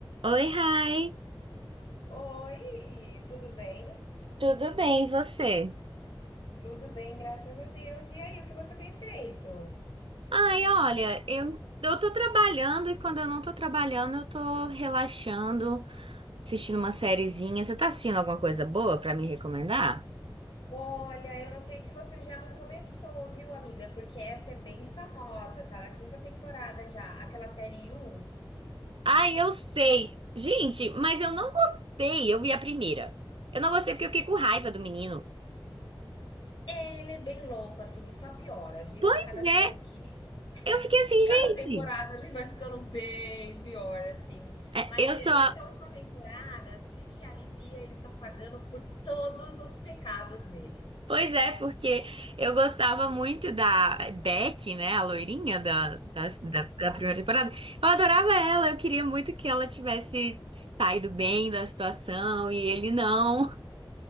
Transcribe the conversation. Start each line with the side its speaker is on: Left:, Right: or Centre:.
Right: Oi, Rai.
Left: Oi, tudo bem?
Right: Tudo bem, e você?
Left: Tudo bem, graças a Deus. E aí, o que você tem feito?
Right: Ai, olha, eu, eu tô trabalhando e quando eu não tô trabalhando, eu tô relaxando, assistindo uma sériezinha. Você tá assistindo alguma coisa boa pra me recomendar?
Left: Olha, eu não sei se você já não começou, viu, amiga? Porque essa é bem famosa, tá na quinta temporada já. Aquela série You,
Right: Ai, eu sei. Gente, mas eu não gostei. Eu vi a primeira. Eu não gostei porque eu fiquei com raiva do menino.
Left: é, ele é bem louco, assim, e só piora, viu?
Right: Pois
Left: Cada série
Right: é,
Left: que.
Right: eu fiquei assim,
Left: Cada
Right: gente.
Left: temporada ele vai ficando bem pior, assim.
Right: é,
Left: Mas
Right: Eu
Left: eh,
Right: sou.
Left: nessa última temporada, se te alivia, ele tá pagando por todos os pecados dele.
Right: Pois é, porque eu gostava muito da Beck, né? A loirinha da, da, da, da primeira temporada. Eu adorava ela, eu queria muito que ela tivesse saído bem da situação e ele não.